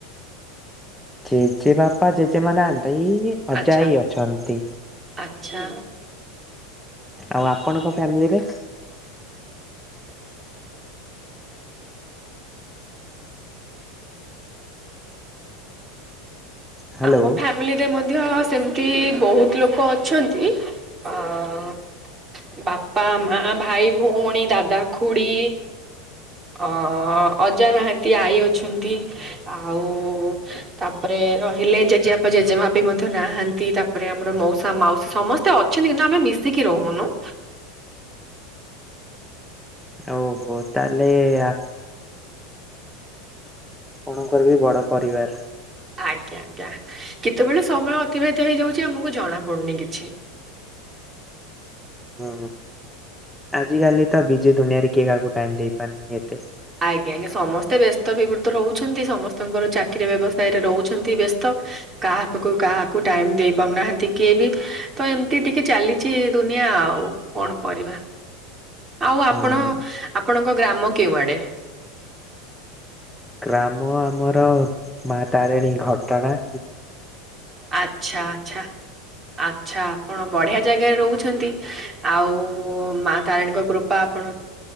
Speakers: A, in the centre; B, on the right.
A: ଜେଜେ ବାପା ଜେଜେ ମାଆ ନାହାନ୍ତି
B: ଆଚ୍ଛା
A: ଅଜା ଆଇ ଅଛନ୍ତି।
B: ଆଚ୍ଛା।
A: ଆଉ ଆପଣଙ୍କ ଫ୍ୟାମିଲିରେ? ହ୍ୟାଲୋ
B: ଆମ ଫ୍ୟାମିଲି ରେ ମଧ୍ୟ ସେମିତି ବହୁତ ଲୋକ ଅଛନ୍ତି ଅ ବାପା ମା ଭାଇ ଭଉଣୀ ଦାଦା ଖୁଡି ଅ ଅଜା ନାହାନ୍ତି ଆଈ ଅଛନ୍ତି। ଆଉ ତାପରେ ରହ ହେଲେ ଜେଜେବାପା ଜେଜେମାଆ ପି ମଧ୍ୟ ନାହାନ୍ତି। ତାପରେ ଆମର ମାଉସା ମାଉସୀ ସମସ୍ତେ ଅ ଅଛନ୍ତି କିନ୍ତୁ ଆମେ ମିଶିକି ରହୁନୁ।
A: ଓହୋ ତାହଲେ ଆ କଣ କରିବି, ବଡ ପରିବାର
B: ଆଜ୍ଞା, ଆଜ୍ଞା, ଆଜ୍ଞା। କେତେବେଳେ ସମୟ ଅତିବାହିତ ହେଇଯାଉଛି ଆମକୁ ଜଣାପଡ଼ୁନି କିଛି।
A: ହୁଁ, ଆଜିକାଲି ତ ବିଜି ଦୁନିଆରେ କିଏ କାହାକୁ ଟାଇମ୍ ଦେଇ ପାରୁନି ଏତେ।
B: ଆଜ୍ଞା, ସମସ୍ତେ ବ୍ୟସ୍ତ ବିବୃତ ରହୁଛନ୍ତି ସମସ୍ତଙ୍କର ଚାକିରି ବ୍ୟବସାୟରେ ରହୁଛନ୍ତି ବ୍ୟସ୍ତ କାହାକୁ କାହାକୁ ଟାଇମ୍ ଦେଇ ପାରୁନାହାନ୍ତି କିଏ ବି ତ ଏମିତି ଟିକେ ଚାଲିଛି ଦୁନିଆ ଆଉ କଣ କରିବା, ଆଉ ଆପଣ
A: ହୁଁ
B: ଆପଣଙ୍କ ଗ୍ରାମ କେଉଁଆଡେ?
A: ଗ୍ରାମ ଆମର ମା ତାରିଣୀ ଘଟଗାଁ।
B: ଆଚ୍ଛା, ଆଚ୍ଛା। ଆଚ୍ଛା ଆପଣ ବଢ଼ିଆ ଜାଗାରେ ରହୁଛନ୍ତି। ଆଉ ମା ତାରିଣୀଙ୍କ କୃପା ଆ ଆପଣ